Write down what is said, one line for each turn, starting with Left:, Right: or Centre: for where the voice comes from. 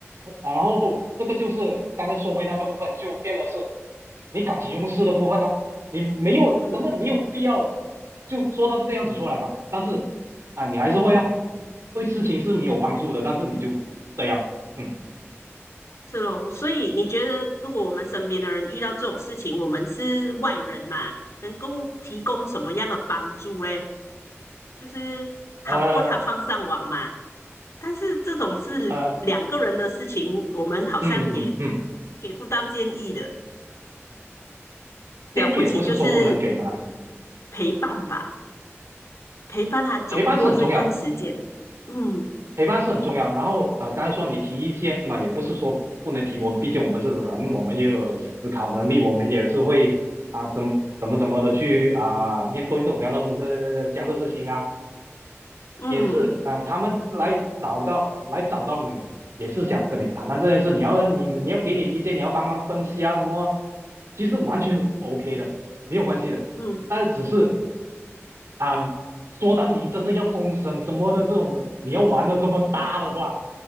Right: 啊然后这个就是刚才说回那个部分，就变得是你感情用事的部分呢，你没有真的没有必要就做到这个样子出来嘛。
Left: <laughs> 嗯，
Right: 但是啊、你还是会啊，对事情是没有帮助的，
Left: 是
Right: 但是你就这样了，嗯，
Left: 是咯，所以你觉得如果我们身边的人遇到这种事情，我们是外人嘛，能够提供什么样的帮助嘞？就是好过他放上网嘛。
Right: 呃
Left: 但是这种是两个人的事情，
Right: 呃，
Left: 我们好像也
Right: 嗯嗯嗯嗯，
Left: 给不到建议的。了不起就是
Right: 建议也不是说不能给嘛，
Left: 陪伴吧，陪伴他走过这段时间。
Right: 陪伴是很重要。
Left: 嗯
Right: 陪伴是很重要。然后呃，刚才说你提意见嘛，也不是说不能提，我们毕竟我们是人，我们也有思考能力，我们也是会啊、怎么怎么怎么的去啊、面对这种这样的东西这样的事情啊，
Left: 嗯
Right: 也是啊、他们来找到来找到你，也是想跟你谈谈这件事，你要你你要给点意见，你要帮忙分析啊什么，其实完全 OK 的，没有关系的。
Left: 嗯，
Right: 但是只是啊、说到你真的要公审什么的这种，你要玩的这么大的话，